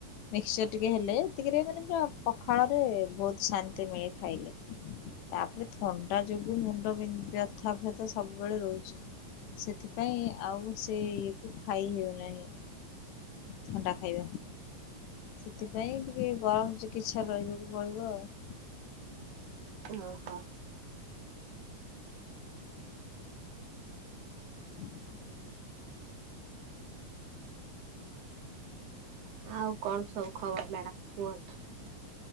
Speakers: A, on the left; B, on the right.
A: ମିକ୍ସଚର ଟିକେ ହେଲେ ଏତିକରେ ମାନେ ପୁରା ପଖାଳ ରେ ବହୁତ ଶାନ୍ତି ମିଳେ ଖାଇଲେ। ତାପରେ ଥଣ୍ଡା ଯୋଗୁ ମୁଣ୍ଡ ବି ବ୍ୟଥାବଥା ସବୁବେଳେ ରହୁଚି। ସେଥିପାଇଁ ଆଉ ସେ ଇଏକୁ ଖାଇ ହେଉନାହିଁ! ଥଣ୍ଡା ଖାଇବା। ସେଥିପାଇଁ ଟିକେ ଗରମ ଚିକିତ୍ସା ରହିବାକୁ ପଡିବ ଆଉ।
B: ଓହୋ।
A: ହୁଁ!
B: ଆଉ କଣ ସବୁ ଖବର ମ୍ୟାଡାାମ କୁହନ୍ତୁ।